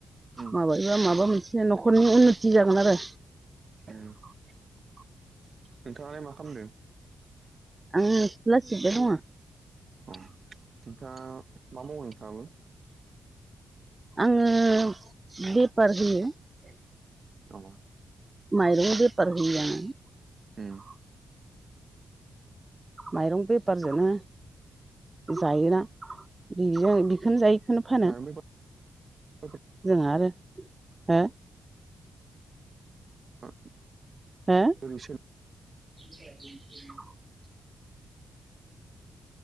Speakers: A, on the right (about 45°); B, on the right (about 20°).
A: उम
B: माबा एबा माबा मोनसे न'खरनि उन्नति जागोन आरो
A: ओ नोंथाङालाय मा खालामदों?
B: आंङो सिला सिबबाय दं आं।
A: उम नोंथाङा मा मावो नोंथाङाबो?
B: आङो बेफार होयो
A: अ
B: माइरं बेफार होयो आङो
A: ओम
B: माइरं बेफारजोंनो जायोना बि बेखौनो जायो। होननो फानो।
A: माइरं बेफारफोरा
B: जोंहा आरो हो
A: आ
B: हो
A: ओरैसो
B: <inaudible>